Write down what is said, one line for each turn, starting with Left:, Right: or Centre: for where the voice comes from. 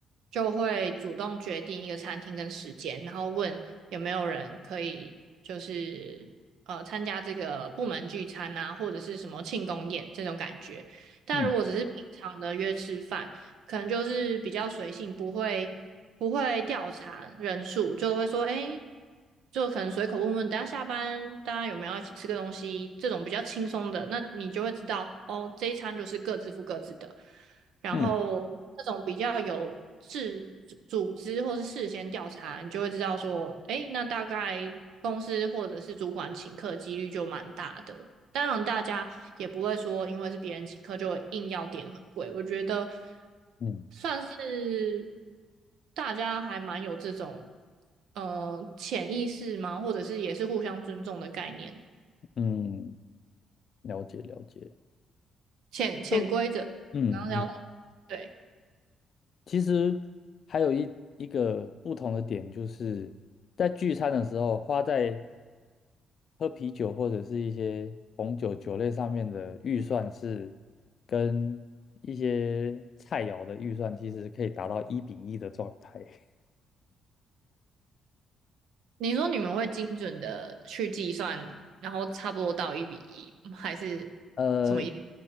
Right: 就会主动决定一个餐厅跟时间，然后问有没有人可以就是呃参加这个部门聚餐啊，或者是什么庆功宴这种感觉。但如果只是平常的约吃饭，
Left: 嗯
Right: 可能就是比较随性，不会。不会调查人数，就会说，哎，就可能随口问问，等下下班大家有没有要一起吃个东西，这种比较轻松的，那你就会知道，哦，这一餐就是各自付各自的。然后那种比较有事组组织或是事先调查，
Left: 嗯
Right: 你就会知道说，哎，那大概公司或者是主管请客几率就蛮大的。当然，大家也不会说因为是别人请客就硬要点很贵。我觉得
Left: 嗯
Right: 算是大家还蛮有这种呃潜意识吗？或者是也是互相尊重的概念，
Left: 嗯，嗯了解了解。
Right: 潜潜规则。
Left: 就嗯嗯
Right: 然后要对
Left: 其实还有一一个不同的点，就是在聚餐的时候，花在喝啤酒或者是一些红酒酒类上面的预算是跟一些菜肴的预算其实可以达到一比一的状态。<laughs>
Right: 你说，你们会精准的去计算，然后差不多到一比一，还是
Left: 呃，
Right: 什么一？